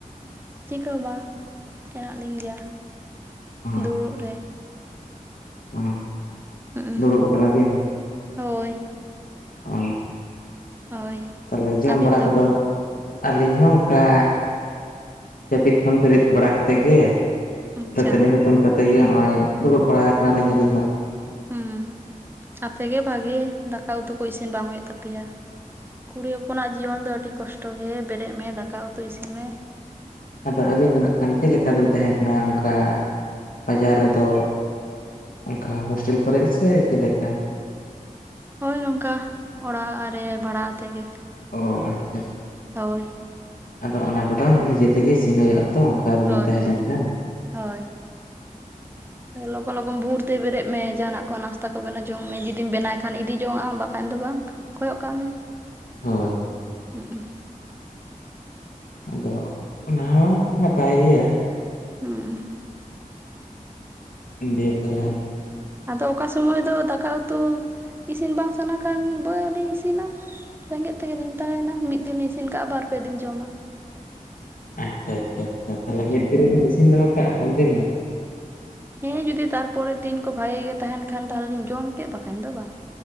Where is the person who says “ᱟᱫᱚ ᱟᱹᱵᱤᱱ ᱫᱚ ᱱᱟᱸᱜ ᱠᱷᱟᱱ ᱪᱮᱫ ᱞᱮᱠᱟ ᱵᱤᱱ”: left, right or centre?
Left